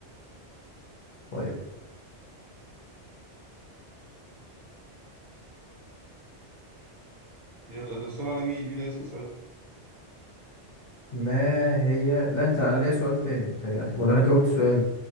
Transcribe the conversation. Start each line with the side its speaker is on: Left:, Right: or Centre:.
Left: طيب
Right: يلا ده السؤال على مين مين اللي هيسأل صحيح
Left: ما هي لا أنت أنا ليا سؤال تاني بتهيألي ولا أنا جاوبت سؤال